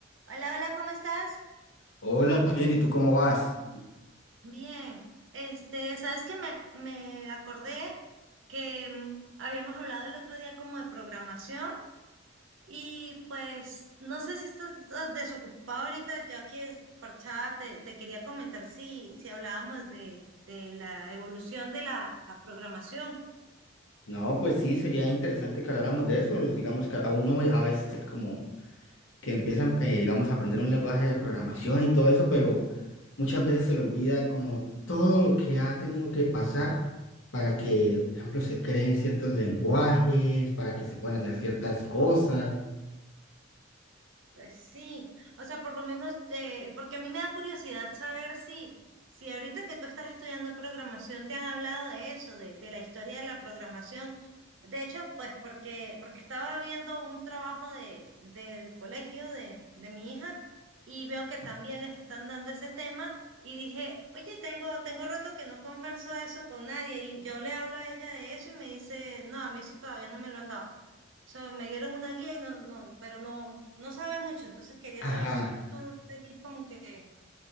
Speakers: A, on the right (about 70°); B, on the left (about 70°).
A: Hola, hola, ¿cómo estás?
B: Hola, muy bien, ¿y tú cómo vas?
A: Bien. Este, sabes que me, me acordé que mm, habíamos hablado el otro día como de programación y pues no sé si estás ah, desocupado ahorita, yo aquí desparchada te, te quería comentar si, si hablábamos de, de la evolución de la, la programación.
B: No, pues sí, sería interesante que habláramos de eso. pues, Digamos que a uno muy- a veces como que empiezan, eh, digamos, a aprender un lenguaje de programación y todo eso, pero muchas veces se le olvida como todo lo que ha tenido que pasar para que, por ejemplo, se creen ciertos lenguajes, para que se puedan hacer ciertas cosas.
A: Pues sí, o sea, por lo menos, eh, porque a mí me da curiosidad saber si, si ahorita que tú estás estudiando programación te han hablado de eso, de, de la historia de la programación. De hecho, pues porque, porque estaba viendo un trabajo de, del colegio de, de mi hija y veo que también les están dando ese tema y dije, oye, tengo, tengo rato que no converso de eso con nadie y yo le hablo a ella de eso y me dice, no, a mí eso todavía no me lo han dado. O sea, me dieron una guía y no, no, pero no, no sabe mucho. Entonces quería
B: Ajá,
A: saber si tú tenías como que,